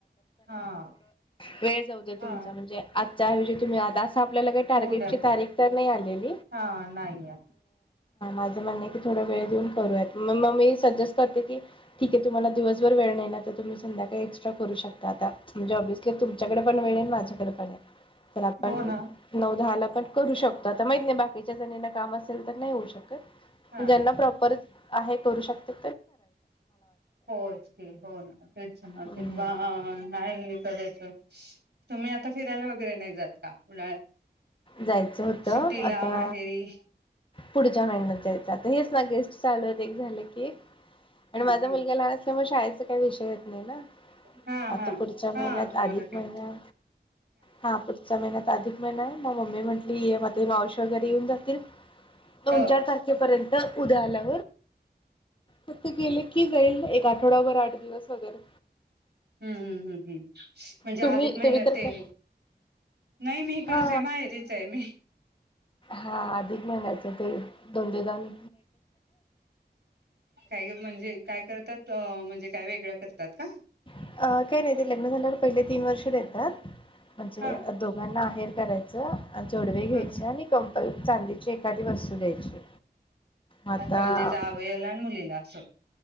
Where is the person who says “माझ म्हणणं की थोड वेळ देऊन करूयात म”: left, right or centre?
Left